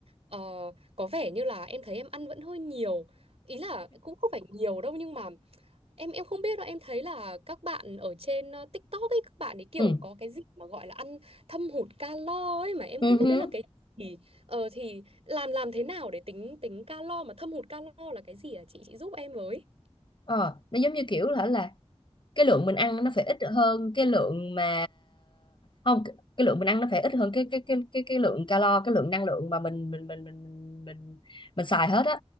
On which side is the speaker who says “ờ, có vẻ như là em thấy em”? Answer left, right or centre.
Right